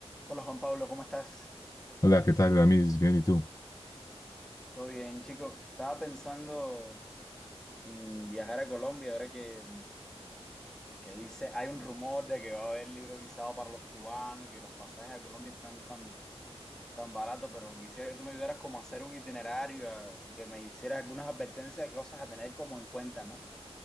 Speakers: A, in the centre; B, on the left (about 30°).
A: Hola Juan Pablo, ¿cómo estás?
B: Hola, ¿qué tal, Ramis? Bien, ¿y tú?
A: ¿Todo bien, chico? Estaba pensando en viajar a Colombia ahora que, que dice, hay un rumor de que va a haber libre visado para los cubanos y que los pasajes a Colombia están tan, tan baratos, pero quisiera que tú me ayudaras como a hacer un itinerario a- y que me hicieras algunas advertencias de cosas a tener como en cuenta, ¿no?